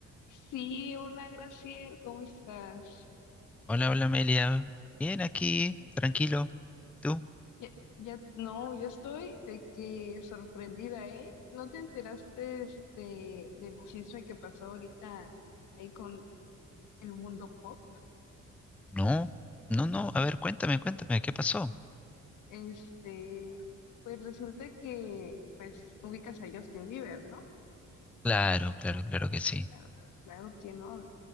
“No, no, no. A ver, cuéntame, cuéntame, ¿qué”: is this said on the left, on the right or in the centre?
Centre